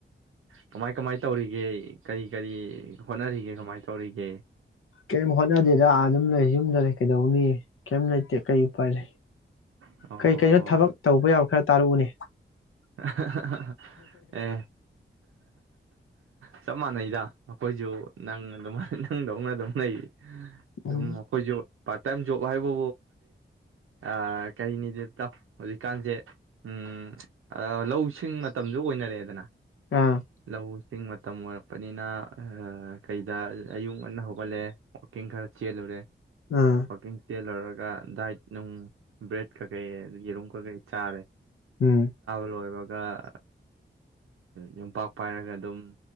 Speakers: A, on the right; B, on the left.
A: ꯀꯃꯥꯏ ꯀꯃꯥꯏ ꯇꯧꯔꯤꯒꯦ ꯀꯔꯤ ꯀꯔꯤ ꯍꯣꯠꯅꯔꯤꯒꯦ ꯀꯃꯥꯏ ꯇꯧꯋꯤ ꯇꯧꯔꯤꯒꯦ
B: ꯀꯩꯝ ꯍꯣꯠꯅꯗꯦꯗ ꯑꯗꯨꯝ ꯂꯩ ꯌꯨꯝꯗ ꯂꯩ ꯀꯩꯗꯧꯅꯤ ꯀꯔꯤꯝ ꯂꯩꯇꯦ ꯀꯔꯤ ꯎꯄꯥꯏ ꯂꯩ
A: ꯑꯣ
B: ꯀꯩ ꯀꯩꯅꯣ ꯊꯕꯛ ꯇꯧꯕ ꯌꯥꯕ ꯈ꯭ꯔ ꯇꯥꯔꯛꯎꯅꯦ
A: <unintelligible> ꯑꯦ ꯆꯞ ꯃꯥꯟꯅꯩꯗ ꯑꯩꯈꯣꯏꯁꯨ ꯅꯪ ꯪ ꯅꯪꯗꯧꯅꯥ ꯑꯗꯨꯝ ꯂꯩ
B: ꯎꯝ,
A: ꯗꯨꯝ ꯑꯈꯣꯏꯁꯨ ꯄꯥꯔꯇ ꯇꯥꯏꯄ ꯖꯣꯕ ꯍꯥꯏꯕꯣ ꯑ ꯀꯔꯤꯅꯤꯗ ꯇ ꯍꯧꯖꯤꯛꯀꯥꯟꯁꯦ ꯎꯝ ꯂꯧꯁꯤꯡ ꯃꯇꯝꯁꯨ ꯑꯣꯏꯅꯔꯛꯑꯦꯗꯅ
B: ꯑꯥ
A: ꯂꯧꯁꯤꯡ ꯃꯇꯝ ꯑꯣꯏꯔꯛꯄꯅꯤꯅ ꯀꯩꯗ ꯑꯌꯨꯛ ꯉꯟꯅ ꯍꯧꯒꯠꯂꯦ ꯋꯥꯛꯀꯤꯡ ꯈꯔ ꯆꯦꯜꯂꯨꯔꯦ
B: ꯑꯥ
A: ꯋꯥꯀꯤꯡꯁ ꯗꯦꯜꯔꯒ ꯑꯗꯨꯒ ꯗꯥꯏꯠ ꯅꯨꯡ ꯕ꯭ꯔꯦꯗ ꯀꯩꯀꯩ ꯌꯦꯔꯨꯝ ꯀꯩꯀꯩ ꯆꯥꯔꯦ
B: ꯎꯝ
A: ꯂꯣꯏꯔꯒ ꯌꯨꯝꯄꯥꯛ ꯄꯥꯏꯔꯒ ꯑꯗꯨꯝ